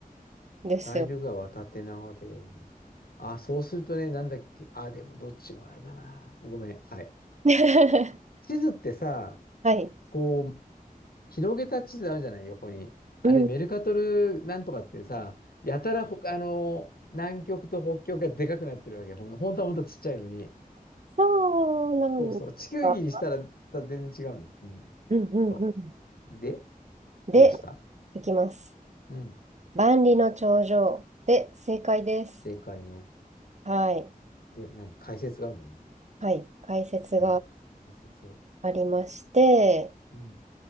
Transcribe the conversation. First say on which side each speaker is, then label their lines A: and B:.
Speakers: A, on the right; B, on the left.
A: ですよ。
B: ナイル川縦長だよね。あ、そうするとね、なんだっけ。あ、でもどっちもあれだな。ごめん。はい。
A: <laughs>
B: 地図ってさ、
A: はい。
B: こう、広げた地図あるじゃない、横に。あれ、
A: うん。
B: メルカトルなんとかってさ、
A: え、
B: やたらほ、あの南極と北極がでかくなってるわけ。ほん、本当はもっとちっちゃいのに。
A: そうなんですか。
B: そうそう。地球儀にしたら、た全然違うの。うん。
A: うんうんうん。
B: そう。で、
A: で、
B: どうでした
A: 行きます。
B: うん。
A: 万里の長城で正解です。
B: 正解ね。
A: はい。
B: で、何解説があるの
A: はい。解説が
B: はい。解説。
A: ありまして、
B: うん。